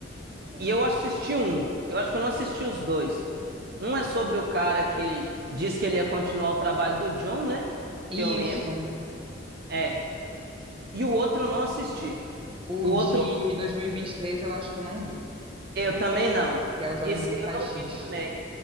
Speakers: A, on the right; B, on the right.
A: É.
B: E eu assisti um. Eu acho que eu não assisti os dois. Um é sobre o cara que diz que ele ia continuar o trabalho do John, né? Que
A: Isso.
B: eu lembro. É. E o outro eu não assisti.
A: O
B: O outro
A: de 2023 eu acho que eu não vi,
B: eu também não.
A: que é os Jogos
B: Esse
A: Mortais
B: aí eu não
A: X.
B: vi também.